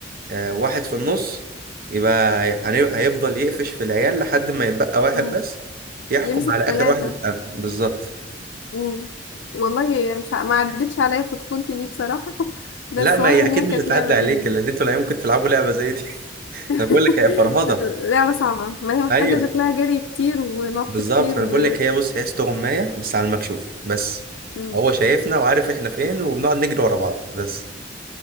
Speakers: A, on the right; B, on the left.
A: آه، واحد في النص يبقى هن- هيفضل يقفش في العيال لحد ما يتبقى واحد
B: مم.
A: بس يحكم
B: يمسك
A: على آخر
B: ثلاثة
A: واحد اتقفل بالظبط
B: مم. والله مش ع- ما عدتش عليا في طفولتي دي بصراحة <laughs> بس
A: لا ما
B: واضح
A: هي
B: ان
A: أكيد
B: هي
A: مش
B: كانت
A: هتعدي
B: لعبة
A: عليك
B: جامدة
A: لأن انتوا لا يمكن تلعبوا لعبة زي دي <laughs>
B: <laughs>
A: أنا بقول لك هي فرهضة
B: لعبة صعبة ما هي محتاجة
A: أيوه
B: شكلها جري كتير ونط
A: بالظبط
B: كتير
A: ما أنا
B: و...
A: بقول لك هي بص هي استغماية بس على المكشوف بس
B: مم.
A: هو شايفنا وعارف احنا فين وبنقعد نجري ورا بعض بس